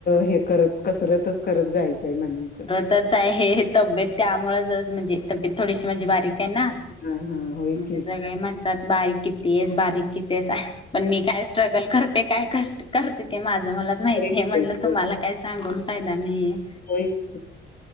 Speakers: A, on the left (about 50°); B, on the left (about 25°).
A: हे करत कसरतच करत जायचंय म्हणायचं
B: तरच आहे हे तब्येत त्यामुळेच म्हणजे तब्येत थोडीशी माझी बारीक आहे ना.
A: हां, हां, होय
B: मग
A: की.
B: ते सगळे म्हणतात बारीक किती आहेस बारीक किती आहेस पण मी काय स्ट्रगल करते काय कष्ट करते ते माझं मलाच माहिती
A: तेच
B: आहे म्हणटलं
A: की
B: तुम्हाला काय सांगून. फायदा नाही आहे.
A: होच